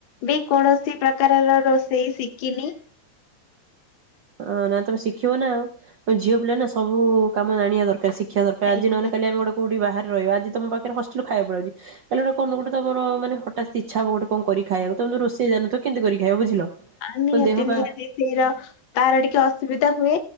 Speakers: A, on the left; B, on the right.
A: ବି କୌଣସି ପ୍ରକାରର ରୋଷେଇ ଶିକିନି।
B: ଅ ନା ତମେ ଶିଖିବ ନା ଆଉ ଝିଅ ପିଲା ନା ସବୁ କାମ ଜାଣିବା ଦରକାର ଶି ଶିଖିବା ଦରକାର ଆଜି
A: ଆଜ୍ଞା।
B: ନ ହେଲେ କାଲି ଆମେ ଗୋଟେ କଉଠି ବାହାରେ ରହିବା ଆଜି ତମ ପାଖରେ ହଷ୍ଟେଲରୁ ଖାଇବା ପଲେଇଆସୁଚି। କାଲି ଗୋଟେ କୋଉଦିନ ଗୋଟେ ତମର ମାନେ ହଠାତ୍ ଇଛା ହବ ଗୋଟେ କଣ ଖାଇବ ତମେ ତ ରୋଷେଇ ଜାଣି ନ ଥିବ କେମତି କରିକି ଖାଇବ ବୁଝିଲ।
A: ଆ ନିହାତି
B: ତମ ଦେହ ପା
A: ନିହାତି ସେଇର ତାର ଟିକେ ଅସୁବିଧା ହୁଏ।